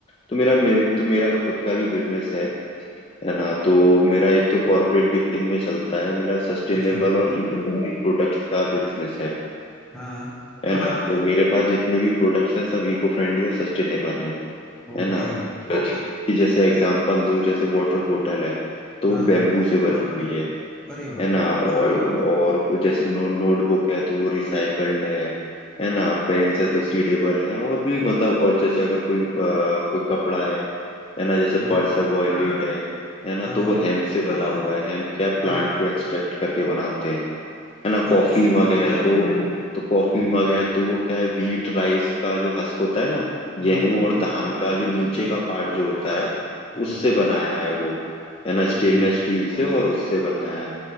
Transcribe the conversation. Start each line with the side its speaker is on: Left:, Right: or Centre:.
Left: तो मेरा मे, तो मेरा खुद का भी बिजनेस है है ना तो मेरा एक तो कॉर्पोरेट गिफ्टिंग में चलता है मेरा सस्टेनेबल
Centre: अच्छा
Left: और इको फ्रेंडली प्रोडक्ट्स का बिजनेस है
Centre: हाँ हाँ,
Left: है ना तो मेरे पास जितने भी प्रोडक्ट्स हैं सब इको फ्रेंडली और सस्टेनेबल हैं
Centre: ओके
Left: है ना तो जी- कि जैसे एग्जांपल दूं जैसे वाटर बोतल है तो वो
Centre: हाँ
Left: बेम्बू से बनी हुई है
Centre: अरे वाह
Left: है ना और और जैसे नो नोटबुक है तो वो रिसाइकल्ड है है ना पेन्स है तो सीडेबल है और भी मतलब और जैसे अगर कोई अ, कोई कपड़ा है है ना जैसे
Centre: हाँ
Left: पर्स है वॉयलेट है है ना
Centre: हाँ
Left: तो
Centre: हाँ
Left: वो हेम्प से बना हुआ है हेम्प क्या प्लांट को एक्सट्रैक्ट करके बनाते हैं है ना
Centre: अच्छा
Left: कॉफी मग
Centre: जी
Left: है तो तो कॉफी मग है तो वो क्या है व्हीट राइस का जो हस्क होता है ना
Centre: हम्म
Left: गेहूं
Centre: हम्म हम्म
Left: और
Centre: हम्म,
Left: धान का जो नीचे
Centre: हाँ
Left: का पार्ट जो होता है
Centre: हम्म
Left: उससे बनाया है वो है ना
Centre: ओके
Left: स्टेनलेस स्टील से और उससे बनाया है